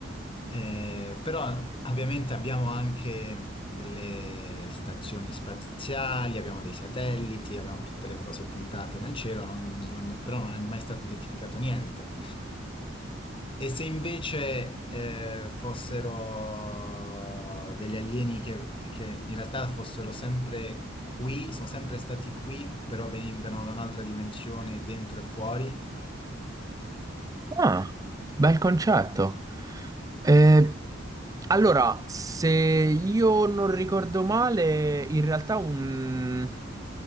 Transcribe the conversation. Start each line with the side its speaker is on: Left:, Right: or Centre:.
Left: eh, eh, però ovviamente abbiamo anche delle stazioni spaziali, abbiamo dei satelliti, abbiamo tutte le cose puntate nel cielo, non- non- però non è mai stato identificato niente. E se invece eh, fossero degli alieni che, che in realtà fossero sempre qui, sono sempre stati qui, però venivano da un'altra dimensione, dentro e fuori,
Right: Ah, bel concetto. Eh, Allora, se io non ricordo male, in realtà un...